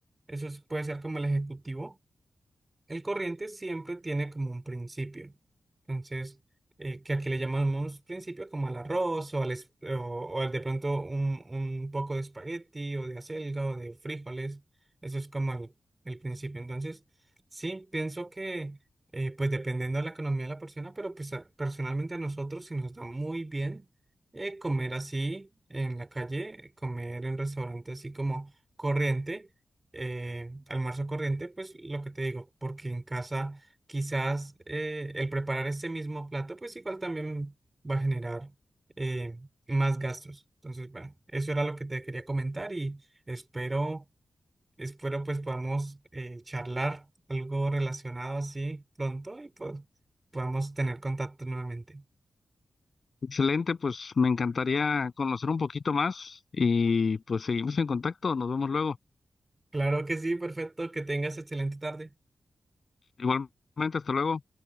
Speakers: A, on the right; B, on the left.
A: Eso es- puede ser como el ejecutivo. El corriente siempre tiene como un principio. Entonces, eh, que aquí le llamamos principio como al arroz o al, es- o, o al de pronto un, un poco de espagueti o de acelga o de frijoles. Eso es como el, el principio. Entonces, sí, pienso que eh, pues dependiendo de la economía de la persona, pero pues a- personalmente a nosotros sí nos da muy bien eh, comer así en la calle, comer en restaurantes así como corriente eh, almuerzo corriente, pues lo que te digo, porque en casa quizás eh, el preparar este mismo plato, pues igual también va a generar eh, más gastos. Entonces, bueno, eso era lo que te quería comentar y espero, espero pues podamos eh, charlar algo relacionado así pronto y pues podamos tener contacto nuevamente.
B: Excelente, pues me encantaría conocer un poquito más y pues seguimos en contacto. Nos vemos luego.
A: Claro que sí, perfecto, que tengas excelente tarde.
B: Igualmente, hasta luego.